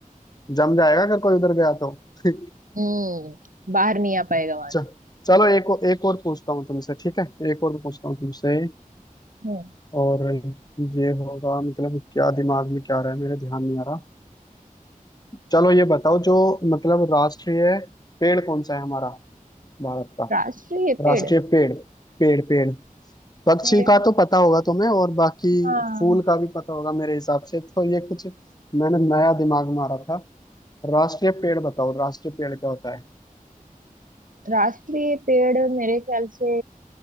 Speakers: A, on the left; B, on the right.
A: जम जाएगा अगर कोई उधर गया तो <laughs>
B: हम्म बाहर नहीं आ पाएगा वहां
A: च-
B: से
A: चलो एक और एक और पूछता हूँ तुमसे ठीक है एक और पूछता हूँ तुमसे
B: हम्म
A: और ये होगा मतलब क्या दिमाग में क्या आ रहा है मेरे ध्यान नहीं आ रहा चलो ये बताओ जो मतलब राष्ट्रीय पेड़ कौन सा है हमारा भारत का
B: राष्ट्रीय पेड़
A: राष्ट्रीय पेड़ पेड़ पेड़ पक्षी
B: पेड़
A: का तो पता होगा तुम्हें और बाकी
B: हाँ
A: फूल का भी पता होगा मेरे हिसाब से तो ये कुछ मैंने नया दिमाग मारा था राष्ट्रीय पेड़ बताओ राष्ट्रीय पेड़ क्या होता है
B: राष्ट्रीय पेड़ मेरे ख्याल से